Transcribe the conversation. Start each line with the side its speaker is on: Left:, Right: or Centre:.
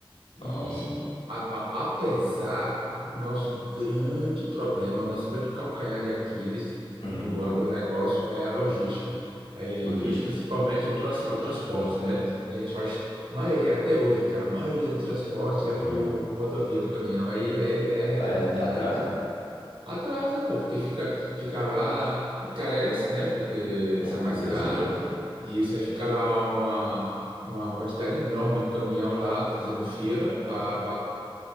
Right: E
Left: nossa.
Right: a- a- apesar o nosso grande problema, o nosso grande calcanhar de Aquiles
Left: Hum.
Right: no agronegócio é a logística, aí,
Left: Logística?
Right: que- principalmente o, trans, o transporte, né? A gente faz maioria até hoje, cara, a maioria do transporte é
Left: Caminhão.
Right: por, por rodovia, por caminhão, aí, aí, aí arrebenta,
Left: É,
Right: né?
Left: atrasa?
Right: Atrasa, pô, porque fica, fica lá, encarece, né? Porque
Left: Ou
Right: sai mais
Left: curta
Right: caro,
Left: a gasolina, né?
Right: e isso aí fica lá uma, uma quantidade enorme de caminhão lá fazendo fila para